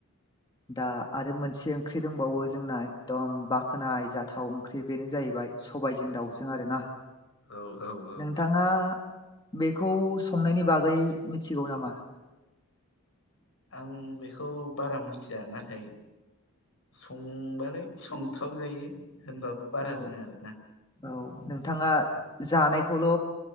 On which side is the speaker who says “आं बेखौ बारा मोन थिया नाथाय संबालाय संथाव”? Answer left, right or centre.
Left